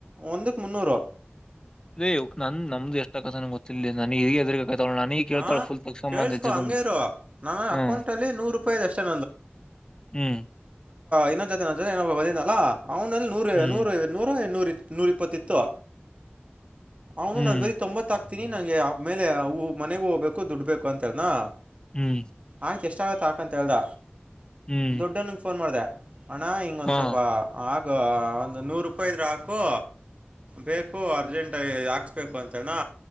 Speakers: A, on the right; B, on the left.
A: ಒಂದಕ್ ಮುನ್ನೂರು
B: ದೇ ನನ್ ನಮ್ದು ಎಷ್ಟಕತಾನ ಗೊತ್ತಿಲ್ಲ ನನ್ ಹೀಗದ್ರ ಆಯ್ತಳ ನಾನೀಗ್ ಕೇಳ್ತಾಳೆ
A: ಹಾಂ
B: ಫುಲ್ ತಕ್ಷ ಸಂಬಂಧ
A: ಕೇಳಿಸ್ಕೊ
B: ಜಗಮಿ
A: ಹಂಗೆ ಇರು ನನ್ನ
B: ಹ್ಮ
A: ಅಕೌಂಟಲ್ಲಿ ನೂರು ರೂಪಾಯಿದು ಅಷ್ಟೇ
B: ಹ್ಮ್
A: ಇನ್ನೊ ಜತೆನ ಬದ ಅಲ್ಲ ಅವ್ಲ್ಲಿ ನೂ
B: ಹ್ಮ್
A: ನೂರು ನೂರು ನೂರು ಇ ನೂರ ಇಪ್ಪತ್ತ ಇತ್ತು ಅವನು
B: ಹ್ಮ್
A: ನಾನ್ ಬರೀ ತೊಂಬತ್ ಹಾಕ್ತೀನಿ ನಂಗೆ ಆ ಮೇಲೆ ಮನೆಗ್ ಹೋಗ್ಬೇಕು ದುಡ್ಬೇಬೇಕು ಅಂತ ಹೇಳನಾ
B: ಹ್ಮ್
A: ಆಯ್ತು ಎಷ್ಟಾಗುತ್ತೆ ಹಾಕಂತ ಹೇಳ್ದ
B: ಹ್ಮ್
A: ದೊಡ್ಡನಂಗೆ ಫೋನ್ ಮಾಡಿದೆ ಅಣ ಹಿಂಗೊಂದ್
B: ಹಾ
A: ಸ್ವಲ್ಪ ಆಗ ಒಂದು ನೂರು ರೂಪಾಯಿ ಇದ್ರ ಹಾಕು ಬೇಕು ಅರ್ಜೆಂಟ್ ಹಾಕ್ಸ್ಬೇಕು ಅಂತನಾ